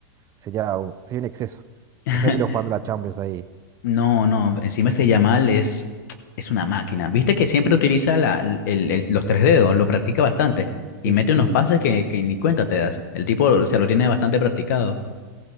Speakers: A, on the right; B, on the left.
A: sería, u- sería un exceso.
B: <laughs>
A: Imagínatelo jugando la Champions ahí.
B: No, no, encima ese Yamal es, es una máquina. Viste que siempre utiliza la, el- el- los tres dedos, lo practica bastante y
A: Sí,
B: mete
A: sí, sí.
B: unos pases que, que ni cuenta te das. El tipo, o sea, lo tiene bastante practicado.